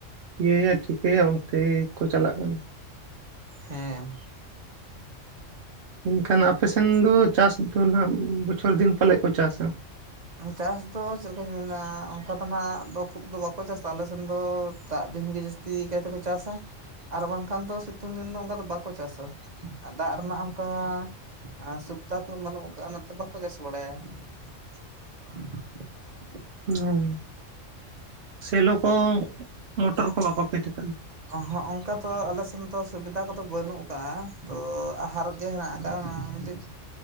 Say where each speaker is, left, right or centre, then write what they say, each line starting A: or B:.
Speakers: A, on the right (about 65°); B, on the right (about 40°).
A: ᱤᱭᱟᱹᱭᱟ ᱴᱷᱤᱠᱟᱹᱭᱟ ᱚᱱᱛᱮᱠᱚ ᱪᱟᱞᱟᱜ ᱠᱟᱱᱟ᱾
B: ᱦᱮᱸ
A: ᱮᱱᱠᱷᱟᱱ ᱟᱯᱮᱥᱱ ᱫᱚ ᱪᱟᱥ ᱫᱚ ᱱᱟᱱᱟᱜ ᱵᱚᱪᱷᱚᱨ ᱫᱤᱱ ᱯᱟᱞᱮᱫ ᱠᱚ ᱪᱟᱥᱟ?
B: ᱪᱟᱥ ᱫᱚ ᱪᱮᱫ ᱞᱮᱠᱟᱧ ᱢᱮᱱᱟ ᱚᱱᱠᱟ ᱫᱚ ᱱᱟᱜ ᱫᱚ ᱠᱷᱩᱵ ᱫᱚ ᱵᱟᱠᱚ ᱪᱟᱥᱟ ᱟᱞᱮ ᱥᱮᱱ ᱫᱚ ᱫᱟᱜ ᱫᱤᱱᱜ ᱡᱟᱹᱥᱛᱤ ᱛᱤᱠᱟᱭᱛᱮᱠᱚ ᱪᱟᱥ-ᱟ᱾ ᱟᱨ ᱵᱟᱝᱠᱷᱟᱱ ᱫᱚ ᱥᱤᱛᱩᱝ ᱫᱤᱱ ᱫᱚ ᱚᱱᱠᱟ ᱫᱚ ᱵᱟᱠᱚ ᱪᱟᱥ-ᱟ ᱫᱟᱜ ᱨᱮᱱᱟᱜ ᱚᱱᱠᱟ ᱟᱨ ᱥᱩᱵᱤᱫᱷᱟ ᱠᱚᱦᱚᱸ ᱵᱟᱹᱱᱩᱜ ᱠᱫᱟ-ᱟ ᱚᱱᱟᱛᱮ ᱵᱟᱠᱚ ᱪᱟᱥ ᱵᱟᱲᱟᱭᱟ <inaudible>
A: ᱦᱸ ᱥᱮᱞᱚ ᱠᱚ ᱢᱚᱴᱚᱨ ᱠᱚ ᱵᱟᱠᱚ ᱯᱷᱮᱰ ᱟᱠᱟᱫᱟ
B: ᱦᱚᱸ ᱚᱱᱠᱟ ᱛᱚ ᱟᱞᱮ ᱥᱮᱱ ᱫᱚ ᱥᱩᱵᱤᱫᱟ ᱠᱚᱫᱚ ᱵᱟᱹᱱᱩᱜ ᱟᱠᱟᱜ ᱛᱚ ᱟᱦᱟᱨ ᱜᱮ ᱦᱮᱱᱟᱜ ᱟᱠᱟᱫ ᱢᱟ ᱢᱤᱫᱴᱤᱡ